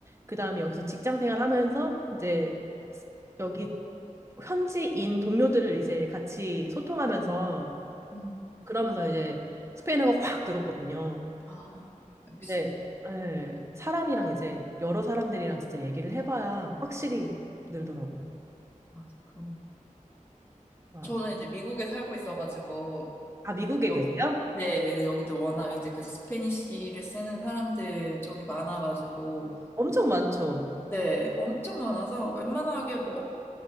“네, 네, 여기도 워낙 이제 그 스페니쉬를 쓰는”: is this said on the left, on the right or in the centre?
Left